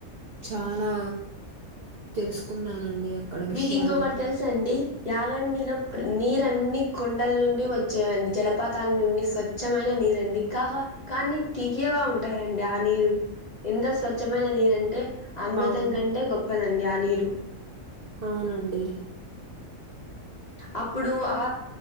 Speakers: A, on the right; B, on the left.
A: చాలా తెలుసుకున్నానండి అక్కడ
B: మీకు
A: విషయాలు.
B: ఇంకొకటి తెలుస అండి యాగండలో నీరన్ని కొండల నుండి వచ్చేవండి జలపాతాల నుండి స్వచ్ఛమైన నీరండి కాగా కానీ తీయ్యగా ఉంటాయండి ఆ నీరు ఎంత స్వచ్ఛమైన నీరు అంటే అమృతం
A: అవును.
B: కంటే గొప్పద అండి ఆ నీరు
A: అవునండి
B: అప్పుడు ఆ